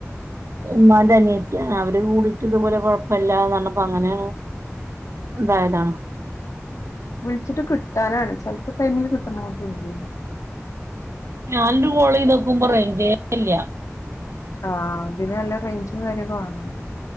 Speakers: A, on the right; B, on the left.
A: <inaudible> ഉമ്മാൻ്റെ അനിയത്തി അവര് കൂടിട്ട് ഇതുപോലെ കുഴപ്പമില്ല പറഞ്ഞപ്പോൾ അങ്ങനെ എന്തായാണ്
B: വിളിച്ചിട്ട് കിട്ടാനാണ് ചെലപ്പോ ടൈമിന് കിട്ടണങ്ങോട്ട് <unintelligible>
A: ഞാനൊരു കോൾചെയ്തപ്പോ റെയിഞ്ച് ഇല്ല <unintelligible>
B: ആഹ അത് പിന്നെ നല്ല റേഞ്ചും കാര്യൊക്കെ വേണം